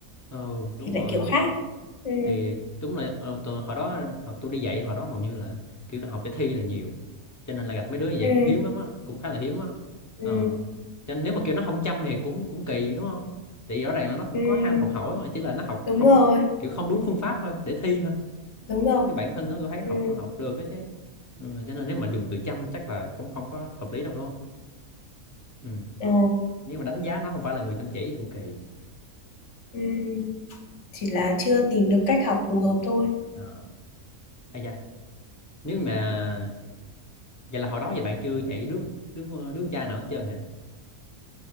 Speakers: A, on the left; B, on the left.
A: ừ đúng
B: thì lại
A: rồi
B: kiểu khác. Ừ,
A: thì đúng là ờ, tôi, hồi đó hồi, tôi đi dạy hồi đó hầu như là kiểu là học để thi là nhiều cho nên là gặp mấy đứa như vậy
B: ừ,
A: cũng hiếm lắm á cũng khá là hiếm á
B: ừ,
A: ờ cho nên nếu mà kêu nó không chăm thì cũng cũng kỳ đúng không thì rõ ràng là nó cũng
B: ừ,
A: có ham học hỏi mà chỉ là nó học
B: đúng
A: không
B: rồi,
A: có kiểu không đúng phương pháp thôi để thi thôi
B: đúng rồi.
A: chứ bản thân nó tôi thấy học
B: Ừ,
A: học được á chứ ừ, cho nên nếu mà dùng từ chăm chắc là cũng không có hợp lý đâu luôn. ừ.
B: ờ,
A: nếu mà đánh giá nó không phải là người chăm chỉ thì cũng kỳ
B: ừ, chỉ là chưa tìm được cách học phù hợp thôi.
A: Ờ. Ây da nếu mà vậy là hồi đó vậy bạn chưa dạy đứa đứa đứa con trai nào hết trơn hả